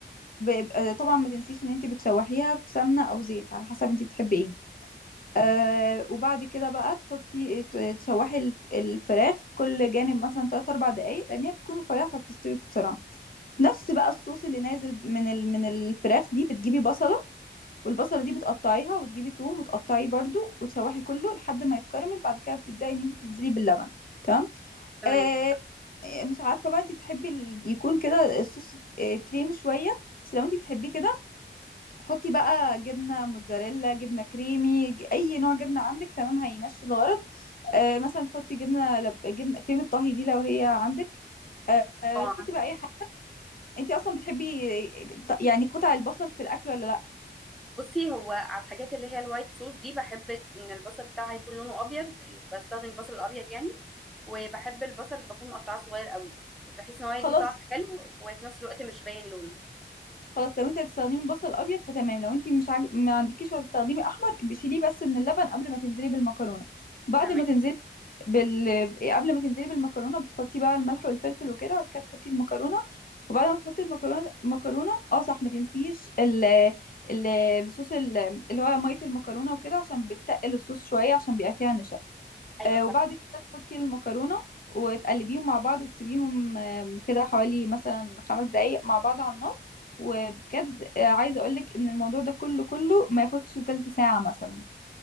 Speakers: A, on the left; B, in the centre.
A: بيبقى- طبعا ما تنسيش ان انت بتشوحيها في سمنة او زيت على حسب انت بتحبي ايه آه وبعد كده بقى تحطي ت- تشوحي الف- الفراخ كل جانب مثلا 3 4 دقايق لان هي بتكون رفيعه فبتستوي بسرعه نفس بقى الصوص اللي نازل من ال... من الفراخ دي بتجيبي بصله والبصله دي بتقطعيها وتجيبي توم وتقطعيه برضو وتشوحي كله لحد ما يتكرمل بعد كده بتبداي ان انت تنزلي باللبن تمام
B: تمام
A: آه مش عارفه بقى انت بتحبي ال- يكون كده الصوص آه كريمي شويه بس لو انت بتحبيه كده حطي بقى جبنة موتزاريلا جبنة كريمي ج- أي نوع جبنة عندك تمام هيمشي الغرض آه مثلا تحطي جبنة لب... جبنة كريمة طهي دي لو هي عندك آه آه،
B: اه
A: تحطي بقى أي حاجة أنت أصلا بتحبي ط- يعني قطع البصل في الأكل ولا لأ
B: بصي هو على الحاجات اللي هي الوايت صوص دي بحب ان البصل بتاعها يكون لونه ابيض بستخدم البصل الابيض يعني وبحب البصل اللي بكون مقطعاه صغير قوي بحيث ان هو يدي
A: خلاص
B: طعم حلو وفي نفس الوقت مش باين لونه
A: خلاص لو أنت هتستخدمي بصل أبيض فتمام لو أنت مش عاج... ما عندكيش وهتستخدمي أحمر بشيليه بس من اللبن قبل ما تنزلي بالمكرونة بعد
B: تمام
A: ما تنزلي بال... قبل ما تنزلي بالمكرونه بتحطي بقى الملح والفلفل وكده وبعد كده تحطي المكرونه وبعد ما تحطي المكرونه المكرونه اه صح ما تنسيش ال... ال... الصوص ال... اللي هو ميه المكرونه وكده عشان بتقل الصوص شويه عشان بيبقى فيها نشا
B: ايوه
A: آه
B: صح.
A: وبعد كده تحطي المكرونه وتقلبيهم مع بعض وتسيبيهم آم، كده حوالي مثلا خمس دقايق مع بعض على النار وبجد آه، عايزه اقولك ان الموضوع ده كله كله ما ياخدش تلت ساعه مثلا